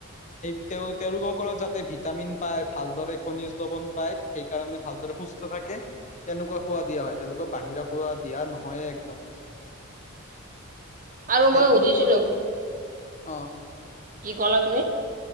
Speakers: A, on the left; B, on the right.
A: সেই তেওঁ তেওঁলোকসকলৰ যাতে ভিটামিন পায় ভালদৰে খনিজ লবন পায় সেইকাৰণে ভালদৰে সুস্থ থাকে কেনেকুৱা খোৱা দিয়া হয় তেওঁলোকৰ বাহিৰা খোৱা দিয়া নহয়ে একদম
B: আৰু
A: খাদ্যবোৰকো
B: মই সুধিছিলোঁ
A: তেওঁলোক অ
B: কি ক'লা তুমি